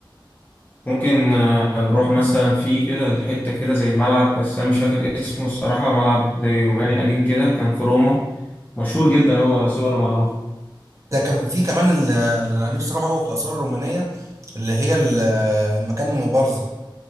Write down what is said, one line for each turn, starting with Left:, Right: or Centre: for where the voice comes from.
Left: ممكن آه، نروح مثلا في كده حتة كده زي ملعب بس أنا مش فاكر اسمه الصراحة ملعب زي روماني قديم كده كان في روما مشهور جدا هو صور معروف
Right: ده كان في كمان ال- اللي انا نفسي اروحه أوي في الاثار الرومانيه اللي هي ال- مكان المبارزه